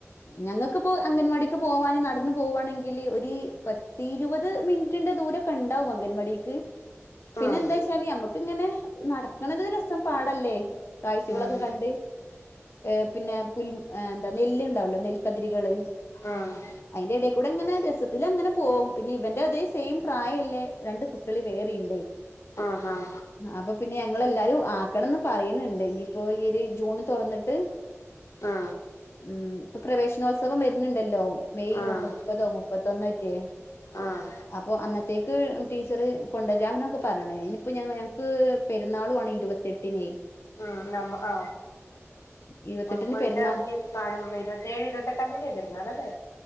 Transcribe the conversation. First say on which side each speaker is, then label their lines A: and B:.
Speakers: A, on the left; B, on the left.
A: ഞങ്ങൾക്ക്പ്പോ അംഗൻവാടിക്ക് പോവാനും നടന്ന് പോവാണെങ്കിൽ ഒരു പത്തി ഇരുപത് മിനിറ്റിന്റെ ദൂരം കണ്ടാവും അംഗൻവാടിക്ക്. പിന്നെ
B: ഉം
A: എന്താ വെച്ചാല് ഞമ്മക്ക്ങ്ങനെ നടക്കണ രസം പാടല്ലേ. കാഴ്ചകളൊക്കെ
B: ഉം
A: കണ്ട് ഏ പിന്നെ പുൽ എന്താ നെല്ല്ണ്ടാവല്ലോ നെൽക്കതിരികള്.
B: ആഹ്
A: അയിൻ്റെ എടക്ക കൂടെ ഇങ്ങനെ രസത്തി അങ്ങനെ പോകും പിന്നെ ഇവന്റെ അതേ സെയിം പ്രായമല്ലേ രണ്ട് കുട്ടള് വേറെയുണ്ട്
B: ആഹ ഹഹ
A: അപ്പൊ പിന്നെ ങ്ങളെല്ലാരും ആക്കണംന്ന് പറയുന്നുണ്ട് ഇനിയിപ്പോ ഈയ ഒരു ജൂൺ തുറന്നിട്ട്.
B: ആ
A: ഉം ഇപ്പൊ പ്രവേശനോത്സവം വരുന്നുണ്ടല്ലോ മെയ്
B: ഉം
A: മുപ്പതോ മുപ്പത്തൊന്നോ ഒക്കെയ
B: ഉം
A: അപ്പൊ അന്നത്തേക്ക് ടീച്ചറ് കൊണ്ടുവരാമനൊക്കെ പറയണേ ഇനിയിപ്പോ ഞ ഞങ്ങക്ക്. പെരുന്നാളും ആണ് ഇരുപത്തെട്ടിന്.
B: ഉ നമ്മ ആ
A: ഇരുപത്തെട്ടിന്
B: നമുക്ക് അതിന്റെ
A: പെരുന്നാൾ
B: അവധിയൊക്കെ കാണ്പ ഇരുപത്തിഴ് ഇരുപത്തെട്ടാം തീയതി വരുന്നതല്ലേ